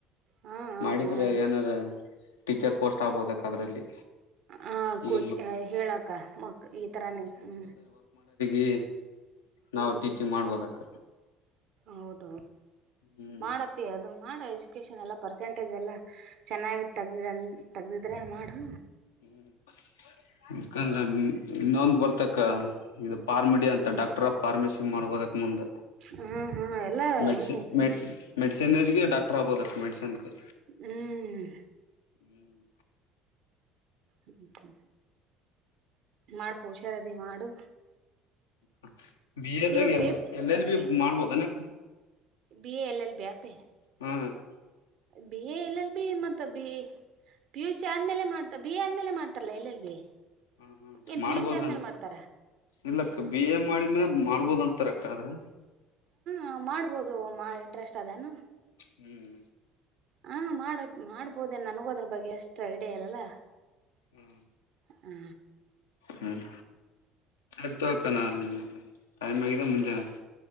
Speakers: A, on the right (about 60°); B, on the left (about 80°).
A: ಹಾಂ ಹಾಂ
B: ಮಾಡಿದ್ರ
A: ಮಾಡು
B: ಏನಾರ ಟೀಚರ್ ಪೋಸ್ಟ್ ಆಗ್ಬಹುದ ಅದ್ರಲ್ಲಿ
A: ಹ
B: ಈಗ
A: ಕೋಚ್ ಹೇಳಕ್ಕ ಮಕ್ ಈಥರಾನೇ ಹ್ಮ್
B: ಈ ನಾವು ಟೀಚಿಂಗ್ ಮಾಡ್ಬೋದಕ್ಕ
A: ಹೌದು
B: ಹ್ಮ್
A: ಮಾಡಪ್ಪಿ ಅದು ಮಾಡ ಎುಕೇಷನ್ ಎಲ್ಲ ಪರ್ಸೆಂಟೇಜ್ ಎಲ್ಲ ಚೆನ್ನಾಗಿ ತೆಗ್ದ ತೆಗ್ದಿದ್ರೆ ಮಾಡು
B: <unintelligible> ದ್ರ ಇನ್ನೊಂದು ಬರ್ತಕ್ಕ ಇದು ಪಾರ್ಮಿಡಿಯಾ ಅಂತ ಡಾಕ್ಟರ್ ಫಾರ್ಮಸಿ ಮಾಡಬೋದಕ್ ಮುಂದೆ
A: ಹ್ಞೂ ಹ್ಞೂ ಎಲ್ಲ
B: ಮೆಡಿಸಿನ್
A: ಹ್ಞೂ
B: ಮೆಡಿಸಿನರಿಗೆ ಡಾಕ್ಟರ್ ಆಬೋದೆ ಮೆಡಿಸನ್ಗೆ
A: ಹ್ಮ್
B: ಹ್ಮ್
A: ಹ್ಮ ಮಾಡ ಪುಷಾರದಿ ಮಾಡು
B: ಹ್ಮ್ ಬಿ ಎ ದಾಗ
A: ಇವಾಗ
B: ಎ
A: ಪೇ
B: ಎಲ್ ಎಲ್ ಬಿ
A: ಈ
B: ಮಾಡ್ಬೋದ ಅನಕ್
A: B A L L B ಯಾಪೆ
B: ಹಾ ಕ
A: B A L L B ಮತ್ತ ಬಿ ಪಿ ಯು ಸಿ ಆದ್ಮೇಲೆ ಮಾಡ್ತ ಬಿ ಎ ಆದ್ಮೇಲೆ ಮಾಡ್ತಾರಲ್ಲ ಎಲ್ ಎಲ್ ಬಿ
B: ಹ್ಮ ಹ್ಮ್
A: ಏನ್
B: ಮಾಡ್ಬೋದಣ
A: ಪಿ ಯು ಸಿ ಅಂದ್ಮೇಲೆ ಮಾಡ್ತಾರ
B: ಇಲ್ಲಕ್ಕ ಬಿ ಎ ಮಾಡಿನೇ ಮಾಡ್ಬೋದ ಅಂತಾರಕ್ಕ ಆದ್ರ
A: ಹ್ಮ ಮಾಡ್ಬೋದು ಇಂಟ್ರೆಸ್ಟ್ ಅದೇನು
B: ಹ್ಮ್
A: ಹಾ ಮಾಡ ಮಾಡ್ಬೋದೇ ನನಗೋ ಅದ್ರ ಬಗ್ಗೆ ಅಷ್ಟು ಐಡಿಯಾ ಇಲ್ಲಲ್ಲ
B: ಹ್ಮ್
A: ಹ್ಮ
B: ಹ್ಮ್ ಸರಿತೋಕ ನಾ ಟೈಮ್ ಆಗಿದೆ
A: ಎಷ್ಟ
B: ಮುಂಜನ